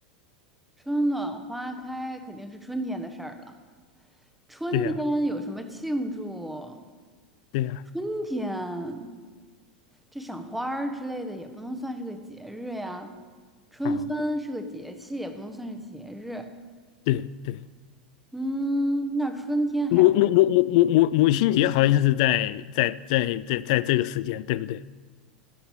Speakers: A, in the centre; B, on the left (about 50°).
A: 春暖花开肯定是春天的事儿了。春天有什么庆祝？
B: 对呀，对呀，
A: 春天这赏花儿之类的也不能算是个节日呀，春分是个节气，
B: 啊，
A: 也不能算是节日。
B: 对对，
A: 嗯，那春天还有
B: 母母母母母母母亲节好像是在在在在在这个时间，对不对？